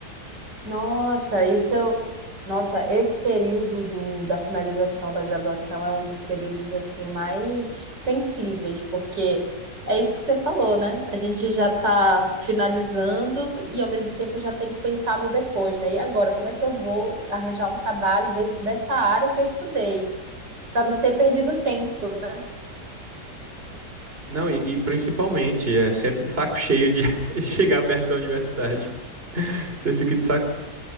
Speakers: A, on the right; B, on the right.
A: Nossa, isso eu... Nossa, esse período do- da finalização da graduação é um dos períodos assim mais sensíveis, porque é isso que você falou, né? A gente já está finalizando e ao mesmo tempo já tem que pensar no depois, né? E agora, como é que eu vou arranjar um trabalho dentro dessa área que eu estudei, para não ter perdido tempo, né?
B: Não, e, e principalmente, é sempre de saco cheio de <laughs> chegar perto da universidade. Você fica de saco,